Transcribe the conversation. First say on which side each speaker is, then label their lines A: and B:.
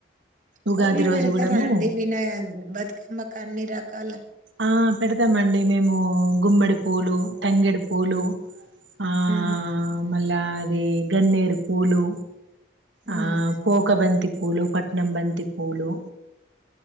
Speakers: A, on the right (about 80°); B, on the right (about 40°).
A: ఉగాది
B: పూలు
A: రోజు
B: పెడతార
A: కూడాము
B: అండి వినాయ బతుకమ్మ కన్ని రకాల
A: ఆ పెడతామండి మేము గుమ్మడి పూలు తంగేడి పూలు ఆ
B: ఉమ్
A: మా అలా అదిే గన్నేరు పూలు ఆ
B: ఉమ్
A: పోోక బంతి పూలు పట్నం బంతి పూలు